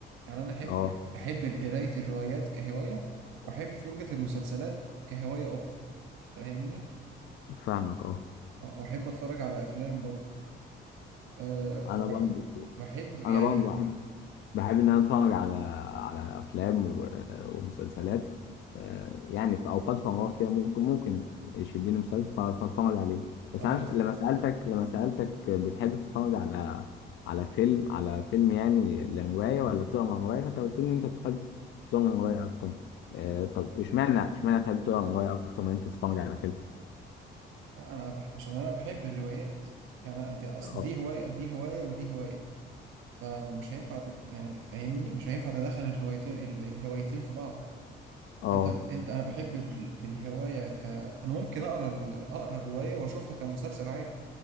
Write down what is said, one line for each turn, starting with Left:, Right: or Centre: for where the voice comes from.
Right: يعني انا احب
Left: اه
Right: احب قرايه الروايات كهوايه واحب فرجه المسلسلات كهوايه اخرى فاهمني
Left: فاهمك اه
Right: آه، واحب اتفرج على افلام برضه أه
Left: انا
Right: وبح
Left: برضه
Right: بحب يعني
Left: انا برضه بحب ان انا اتفرج على على افلام و- ومسلسلات آه، يعني في اوقات فراغ كده ممكن ممكن يشدني مسلسل ف- فاتفرج عليه بس
Right: طب
Left: انا
Right: انت
Left: ش- لما سالتك لما سالتك بتحب تتفرج على على فيلم على فيلم يعني لروايه ولا تقرا روايه فانت قلت لي انت بتحب تقرا روايه اكتر آه، طب اشمعنى اشمعنى تحب تقرا روايه اكتر من انت تتفرج على فيلم
Right: انا بح عشان انا بحب الروايات يعني أنا أت- اصل
Left: اه
Right: دي هوايه دي هوايه ودي هوايه فمش هينفع تد... يعني فاهمني مش هينفع تدخل الروايتين ال... الهوايتين في بعض
Left: اه
Right: انت انت انا بحب ال- الهوايه ك انا ممكن اقرا ال... اقرا الروايه واشوفها كمسلسل عادي